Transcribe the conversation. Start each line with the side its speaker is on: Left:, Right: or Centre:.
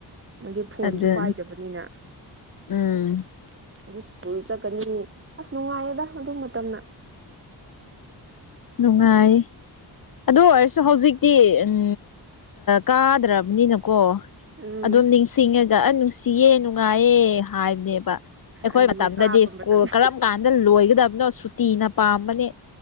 Right: ꯑꯃꯗꯤ ꯐꯣꯟꯁꯨ
Left: ꯑꯗꯨ
Right: ꯄꯥꯏꯗꯕꯅꯤꯅ ꯑ
Left: ꯎꯝ
Right: ꯑꯗꯨ ꯁ꯭ꯀꯨꯜ ꯆꯠꯀꯅꯤ ꯑꯁ ꯅꯨꯡꯉꯥꯏꯌꯦꯗ ꯑꯗꯨ ꯃꯇꯝꯅ
Left: ꯅꯨꯡꯉꯥꯏ ꯑꯗꯨ ꯑꯣꯏꯔꯁꯨ ꯍꯧꯖꯤꯛꯇꯤ ꯎꯝ ꯀꯥꯗ꯭ꯔꯕꯅꯤꯅꯀꯣ
Right: ꯎꯝ
Left: ꯑꯗꯨꯝ ꯅꯤꯡꯁꯤꯡꯉꯒ ꯑ ꯅꯨꯡꯁꯤꯌꯦ ꯅꯨꯡꯉꯥꯏꯌꯦ ꯍꯥꯏꯕꯅꯦꯕ ꯑꯩꯈꯣꯏ
Right: ꯑꯗꯨꯅꯦ
Left: ꯃꯇꯝꯗꯗꯤ
Right: ꯀꯥꯕ
Left: ꯁꯀꯨꯜ
Right: ꯃꯇꯝꯗ
Left: ꯀꯔꯝ ꯀꯥꯟꯗ ꯂꯣꯏꯒꯗꯕꯅꯣ ꯁꯨꯇꯤꯅ ꯄꯥꯝꯕꯅꯦ